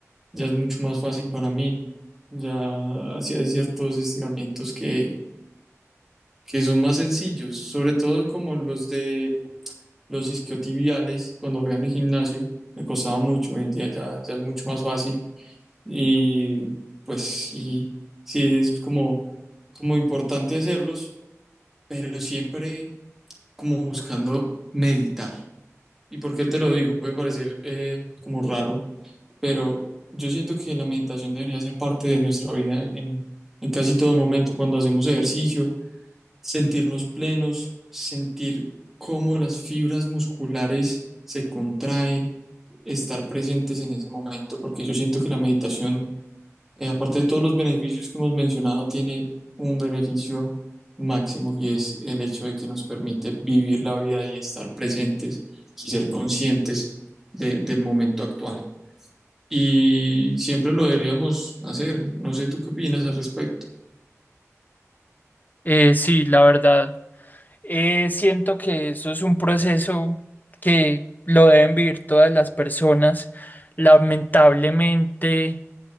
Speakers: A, in the centre; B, on the left.
A: ya es mucho más fácil para mí. Ya así hay ciertos estiramientos que, que son más sencillos, sobre todo como los de los isquiotibiales, cuando voy en el gimnasio, me costaba mucho. Hoy en día ya, ya es mucho más fácil. Y pues sí, sí es como, como importante hacerlos, pero siempre como buscando meditar. ¿Y por qué te lo digo? Puede parecer eh, como raro, pero yo siento que la meditación debería ser parte de nuestra vida en, en casi todo momento, cuando hacemos ejercicio, sentirnos plenos, sentir cómo las fibras musculares se contraen, estar presentes en ese momento, porque yo siento que la meditación, eh, aparte de todos los beneficios que hemos mencionado, tiene un beneficio máximo y es el hecho de que nos permite vivir la vida y estar presentes y ser conscientes de, del momento actual. Y siempre lo deberíamos hacer. No sé tú qué opinas al respecto.
B: Eh, sí, la verdad, eh, siento que eso es un proceso que lo deben vivir todas las personas. Lamentablemente,